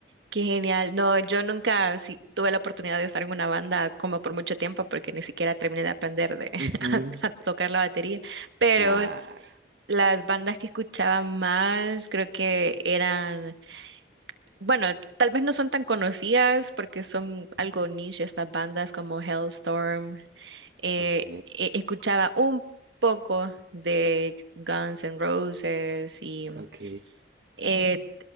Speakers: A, on the right (about 70°); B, on the right (about 55°).
A: Qué genial. No, yo nunca sí, tuve la oportunidad de estar en una banda como por mucho tiempo porque ni siquiera terminé de aprender de, <laughs>
B: Ujú,
A: a, a tocar la batería, pero
B: claro,
A: las bandas que escuchaba más creo que eran, bueno, tal vez no son tan conocidas porque son algo niche estas bandas como Hellstorm. eh,
B: ok,
A: e- escuchaba un poco de Guns N' Roses y
B: ok.
A: eh,